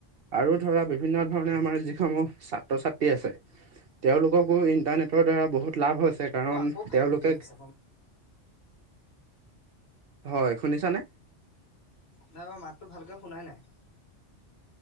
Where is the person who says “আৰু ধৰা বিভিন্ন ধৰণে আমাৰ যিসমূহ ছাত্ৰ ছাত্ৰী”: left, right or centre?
Right